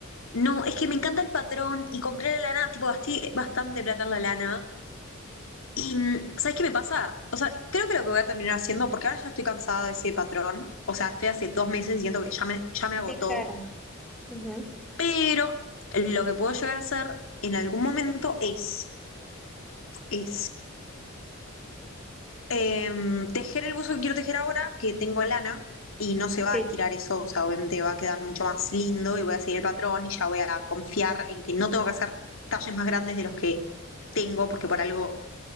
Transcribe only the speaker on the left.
No, es que me encanta el patrón y compré la lana, tipo, gasté bastante plata en la lana. Y, mm, ¿sabes qué me pasa? O sea, creo que lo que voy a terminar haciendo, porque ahora ya estoy cansada de ese patrón, o sea, estoy hace dos meses y siento que ya me, ya me agotó,
pero lo que puedo llegar a hacer en algún momento es, es Em, tejer el buzo que quiero tejer ahora, que tengo lana, y no se va
a estirar eso, o sea, obviamente va a quedar mucho más lindo y voy a seguir el patrón y ya voy a confiar en que no tengo que hacer talles más grandes de los que tengo, porque por algo